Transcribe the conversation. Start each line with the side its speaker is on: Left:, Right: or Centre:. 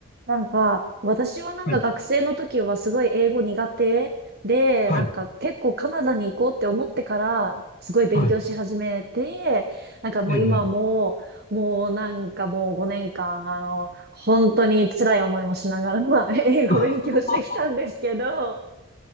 Right: なんか、私はなんか学生の時はすごい英語苦手で、
Left: はい、はい、
Right: なんか結構カナダに行こうって思ってから、すごい勉強し始めて、
Left: はい。
Right: なんかもう今も、
Left: ええ、ええ。
Right: もうなんかもう5年間、あの、本当に辛い思いもしながら、まあ、英語勉強してきたんですけど、
Left: <laughs>